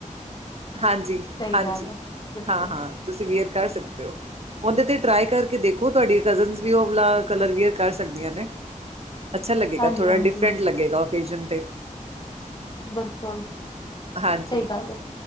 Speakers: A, on the right; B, on the left.
A: ਹਾਂਜੀ-ਹਾਂਜੀ,
B: ਸਹੀ ਗੱਲ ਹੈ ਬਿਲਕੁਲ
A: ਹਾਂ-ਹਾਂ, ਤੁਸੀਂ ਵੀਅਰ ਕਰ ਸਕਦੇ ਹੋ। ਓਦੇ ਤੇ ਟ੍ਰਾਈ ਕਰਕੇ ਦੇਖੋ, ਤੁਆਡੀ ਕਜ਼ਨ ਵੀ -ਔ ਵਲਾ ਕਲਅਰ ਵੀਅਰ ਕਰ ਸਕਦੀਆਂ ਨੇ। ਅੱਛਾ ਲੱਗੇਗਾ,
B: ਹਾਂਜੀ
A: ਥੋੜਾ
B: ਹਾਂਜੀ
A: ਡਿਫਰੈਂਟ ਲੱਗੇਗਾ, ਓਕੇਜਨ ਤੇ
B: ਬਿਲਕੁਲ
A: ਹਾਂਜੀ,
B: ਸਹੀ ਗੱਲ ਹੈ।